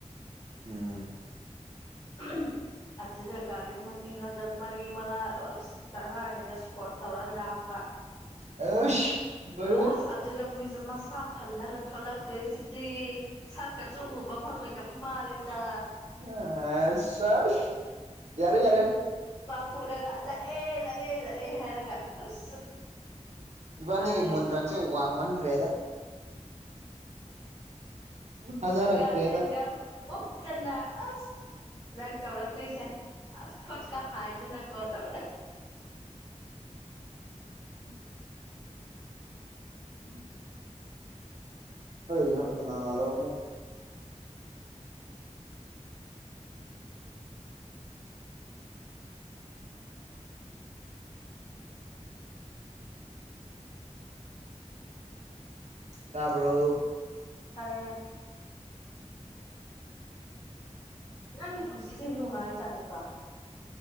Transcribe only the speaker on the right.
ꯎꯝ
ꯑꯁ ꯂꯣꯏꯔꯦ
ꯑ ꯁꯣꯁ ꯌꯥꯔꯦ ꯌꯥꯔꯦ
ꯏꯕꯥꯅꯤꯒꯤ
ꯃꯨꯟꯗ꯭ꯔꯪꯁꯦ
ꯋꯥꯡꯃꯟꯈ꯭ꯔꯦꯗ ꯊꯥꯖꯔꯛꯇ꯭ꯔꯦꯗ
ꯎꯝ ꯎꯝ ꯑꯩ ꯍꯛ ꯀꯥꯅꯔꯣ ꯑꯃꯨꯛ ꯇꯥꯕ꯭ꯔꯣ